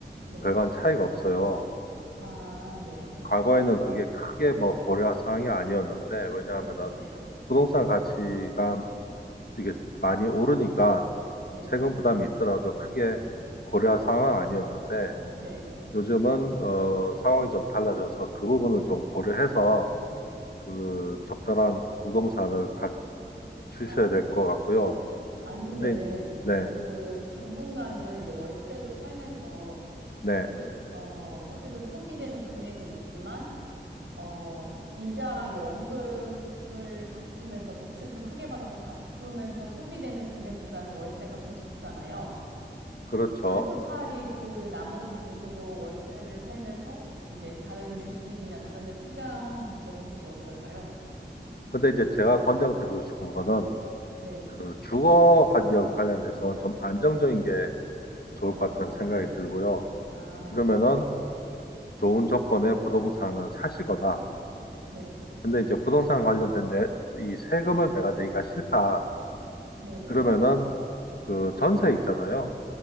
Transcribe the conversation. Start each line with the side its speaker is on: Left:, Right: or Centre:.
Right: 네.
Left: 별반 차이가 없어요.
Right: 아, 네네. 네.
Left: 과거에는 그게 크게 뭐 고려할 사항이 아니었는데, 왜냐하면은
Right: 네. 네.
Left: 부동산 가치가 이게 많이 오르니까
Right: 네.
Left: 세금 부담이 있더라도 크게 고려할 상황 아니었는데
Right: 아, 네. 네.
Left: 요즘은 어, 상황이 좀 달라져서 그 부분을 좀 고려해서 그 적절한 부동산을 갖추셔야
Right: 아,
Left: 될
Right: 네.
Left: 것 같고요.
Right: 아니면은
Left: 근데 네,
Right: 그 당분간은 이제 월세로 살면서
Left: 네,
Right: 어쨌, 어, 어쨌든 소비되는 금액은 있지만, 어, 이자랑 이제 원금을 갚으면서 대출을 좀 크게 받아서 갚으면서 소비되는 금액보다는 월세가 좀 적잖아요.
Left: 그렇죠.
Right: 그래서 차라리 그 나머지 돈으로 월세를 살면서 이제 다른 주식이나 다른 데 투자하는 방법은 혹시 어떨까요?
Left: 근데 이제 제가 권장드리고 싶은 거는
Right: 네, 네.
Left: 그 주거 환경 관련해서는 좀 안정적인 게 좋을
Right: 아,
Left: 것 같다는 생각이
Right: 네.
Left: 들고요.
Right: 아,
Left: 그러면은
Right: 네네.
Left: 좋은 조건의 부동산을 사시거나
Right: 네,
Left: 근데 이제 부동산 관련된 내, 이 세금을 내가 내기가 싫다.
Right: 네네.
Left: 그러면은 그 전세 있잖아요.